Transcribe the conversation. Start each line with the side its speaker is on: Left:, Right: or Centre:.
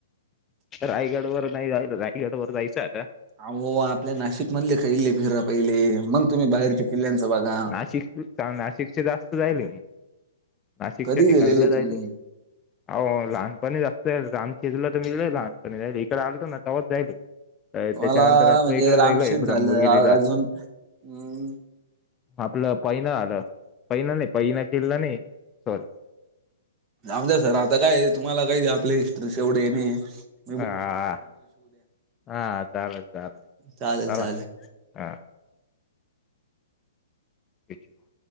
Left: रायगड वरं नाहीं जाल रायगड वरं जायचं आनता.
Right: अहो आपल्यां नाशिक मधले खांल्ले फिररा पहिले मंग तुम्हीं बाहेर जे. किल्यांन चा बाजार
Left: नाशिक चां नाशिकच्या जास्तं जाईल मी. नाशिकच्या
Right: कधी
Left: ठिकाणांना
Right: गेलेले
Left: जायेल
Right: तुम्ही
Left: आहे मी अहं लहांनपणीच असतं राम शेजला तरं मी लहांनपणी जाईल इकडं आलतो नां तेव्हांच जायल. त्यांच्यानंतर
Right: तुम्हाला
Left: आपणं
Right: म्हणजे
Left: इकडे
Right: रामशेत
Left: जालोय ब्रम्मगिरीला.
Right: झालं अ- अजून हम्म
Left: आपलं पैन आलं पैना नाही पैना किल्ला नाहीं सॉरी.
Right: जाऊ द्या सर आता काय हे, तुम्हाला काही हे आपल्या हिस्ट्री शी एवढे हे नाही ये.
Left: हा, हा, हा चालेल-चालेल चाला
Right: चालेल चालेल
Left: हा. <inaudible>